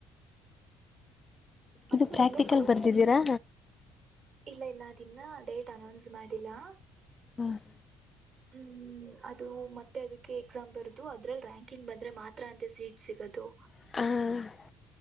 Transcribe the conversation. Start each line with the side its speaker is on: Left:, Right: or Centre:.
Right: ಅಂದ್ರೆ
Left: ಇದು ಪ್ರಾಕ್ಟಿಕಲ್
Right: ಒಳ್ಳೆ ಕೋರ್ಸ್
Left: ಬರ್ದಿದ್ದೀರಾ
Right: ಬಿ ಎಸ್ ಇಲ್ಲ ಇಲ್ಲದನ್ನ ಡೇಟ್ ಅನೌನ್ಸ್ ಮಾಡಿಲ್ಲಾ
Left: ಹಾನ್
Right: ಹ್ಮ್ ಅದು ಮತ್ತೆ ಅದಕ್ಕೆ ಎಕ್ಸಾಮ್ ಬರದು ಅದ್ರಲ್ಲಿ ರ್ಯಾಂಕಿಂಗ್ ಬಂದ್ರೆ ಮಾತ್ರ ಅಂತೆ ಸೀಟ್ ಸಿಗೋದು
Left: ಹಾಂ